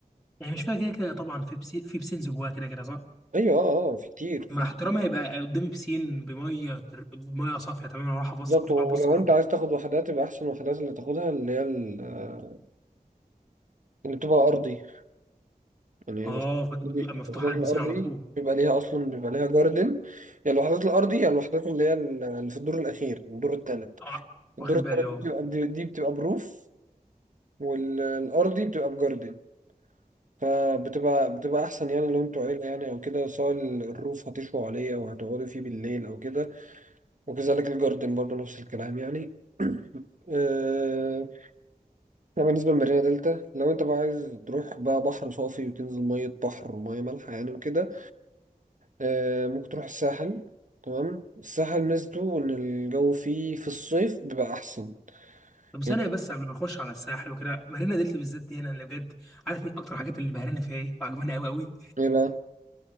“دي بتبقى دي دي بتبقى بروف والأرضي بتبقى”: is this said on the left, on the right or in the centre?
Right